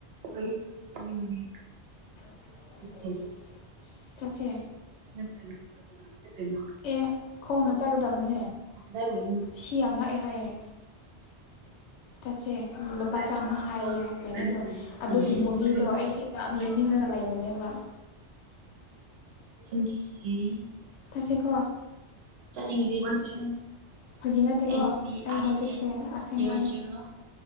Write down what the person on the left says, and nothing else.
<inaudible>
ꯆꯠꯁꯦ
ꯑꯦ ꯈꯣꯡꯅ ꯆꯠꯀꯗꯕꯅꯦ
ꯁꯤ ꯌꯥꯝ ꯅꯛꯑꯦ ꯍꯥꯏꯌꯦ ꯆꯠꯁꯦ ꯂꯨꯄꯥ
ꯆꯥꯝꯃ ꯍꯥꯏꯌꯦ
ꯀꯩꯅꯣꯗꯣ
ꯑꯗꯨꯒꯤ
ꯃꯨꯚꯤꯗꯣ
ꯑꯩꯁꯨ
ꯌꯥꯝ ꯌꯦꯡꯅꯤꯡꯔꯒ
ꯂꯩꯕꯅꯦꯕ
ꯆꯠꯁꯦꯀꯣ
ꯐꯥꯒꯤ ꯅꯠꯇꯦꯀꯣ
ꯑꯩ
ꯍꯧꯖꯤꯛꯁꯦ
ꯑꯁꯦꯡꯕꯅꯦ